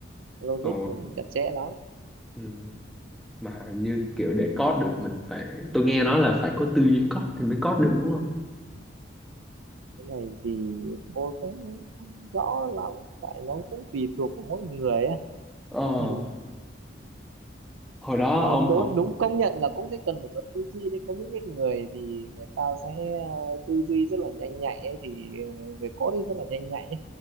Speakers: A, on the right (about 85°); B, in the centre.
A: logic
B: ồ
A: thì chặt chẽ lắm
B: ừ. mà như kiểu để code được mình phải tôi nghe nói là phải có tư duy code thì mới code được đúng không
A: cái này thì tôi cũng không rõ lắm tại nó cũng tùy thuộc vào mỗi người á
B: ờ
A: ừ.
B: hồi đó
A: nhưng
B: ông học
A: đối đúng công nhận là cũng sẽ cần phải có tư duy đấy có những cái người thì người ta sẽ ờ, tư duy rất là nhanh nhạy ấy, thì ờ, về code thì rất là nhanh nhạy ấy.